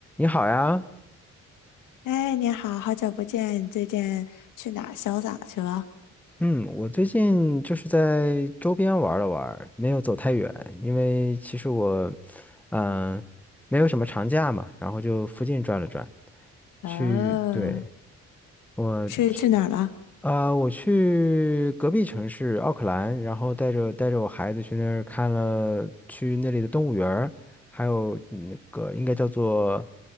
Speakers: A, in the centre; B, on the left.
A: 你好呀，
B: 哎，你好，好久不见，你最近去哪儿潇洒去了？
A: 嗯，我最近就是在周边玩了玩儿没有走太远，因为其实我，嗯、没有什么长假嘛，然后就附近转了转，
B: 哦
A: 去，对，我去，
B: 是去哪儿了？
A: 呃，我去隔壁城市奥克兰，然后带着带着我孩子去那儿看了去那里的动物园儿还有那个应该叫做